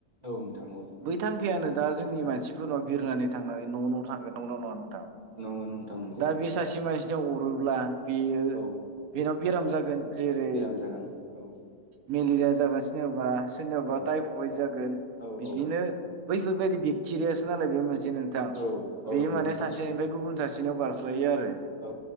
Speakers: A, on the right; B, on the right.
A: औ नोंथां औ
B: बै थामफियानो। दा जोंनि मानसि। फोरनाव बिरनानै थांनानै न' न' थांगोन न' न' न'आव।
A: नंगौ नोंथां नंगौ
B: दा बे सासे मानसिनियाव अरोब्ला बेयो
A: औ
B: बेनाव। बेराम जागोन। जेरै
A: बेराम जागोन औ
B: मेलेरिया जागासिनोआबा सोरनियावबा
A: औ
B: टाइफयड जागोन
A: औ
B: बिदिनो।
A: औ
B: बैफोबायदि ब‌िक्थिरियास। नालाय बेयो मोनसे दि नोंथां
A: औ औ
B: बेयो
A: नंगौ
B: माने
A: नोंथां
B: सासेनिफ्राय गुबुन सासे। सिनाव बारस्लायो आरो
A: औ